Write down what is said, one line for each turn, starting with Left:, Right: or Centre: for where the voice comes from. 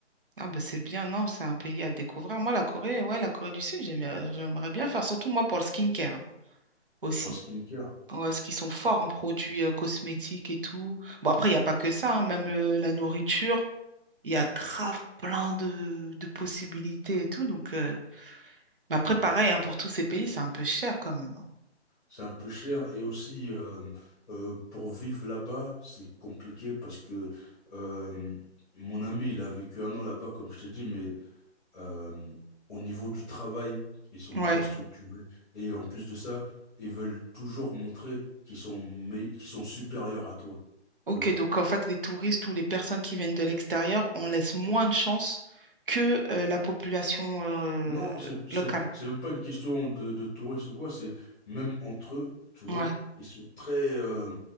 Right: Ah bah c'est bien, non, c'est un pays à découvrir. Moi, la Corée, ouais, la Corée du Sud, j'aimerais j'aimerais bien faire, surtout moi pour le skincare hein, aussi.
Left: En skincare,
Right: Ouais, parce qu'ils sont forts en produits euh, cosmétiques et tout. Bon, après, il n'y a pas que ça, hein, même euh, la nourriture, il y a grave plein de, de possibilités et tout. Donc, euh, mais après, pareil, hein, pour tous ces pays, c'est un peu cher quand même. hein.
Left: c'est un peu cher et aussi euh, euh, pour vivre là-bas, c'est compliqué parce que euh, mon ami, il a vécu un an là-bas, comme je t'ai dit, mais euh, au niveau du travail, ils sont
Right: Ouais.
Left: très structurés et en plus de ça, ils veulent toujours montrer qu'ils sont, mé- qu'ils sont supérieurs à toi. Tu
Right: Ok,
Left: vois
Right: donc en fait, les touristes ou les personnes qui viennent de l'extérieur, on laisse moins de chance que euh, la population euh,
Left: Non, c'est, c'est,
Right: locale.
Left: c'est même pas une question de, de touristes ou quoi, c'est même entre eux, tu vois,
Right: Ouais.
Left: ils sont très, euh,